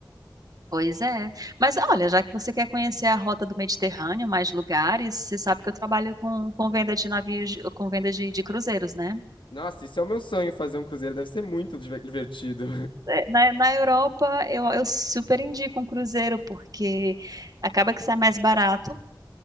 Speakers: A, on the right; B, on the left.
A: pois é. Mas olha, já que você quer conhecer a rota do Mediterrâneo, mais lugares, você sabe que eu trabalho com, com venda de navios, com venda de de cruzeiros, né?
B: Nossa, isso é o meu sonho, fazer um cruzeiro. Deve ser muito diver- divertido.
A: é, na, na Europa eu, eu super indico um cruzeiro, porque acaba que sai mais barato